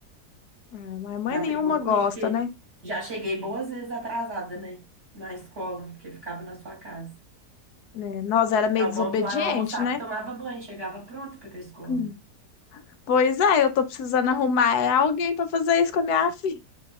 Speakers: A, on the left; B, on the right.
A: Ah, mas mãe
B: Já
A: nenhuma
B: brigou comigo,
A: gosta,
B: porque
A: né?
B: já cheguei boas vezes atrasada, né? Na escola, porque ficava na sua casa.
A: Né, Nós era meio
B: É o
A: desobediente,
B: bom que lá eu almoçava
A: né?
B: e tomava banho, chegava pronto para ir pra escola.
A: Hum. Pois é, eu tô precisando arrumar é alguém pra fazer isso com a minha filha.